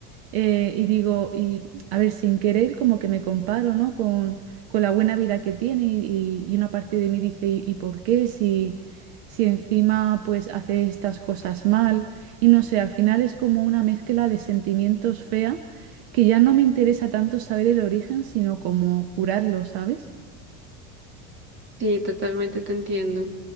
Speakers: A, on the right; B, on the right.
A: Eh, y digo, y a ver, sin querer, como que me comparo, ¿no? Con, con la buena vida que tiene y, y- y una parte de mí dice, ¿y, y por qué? Si, si encima pues hace estas cosas mal. Y no sé, al final es como una mezcla de sentimientos fea que ya no me interesa tanto saber el origen, sino como curarlo, ¿sabes?
B: Sí, totalmente te entiendo.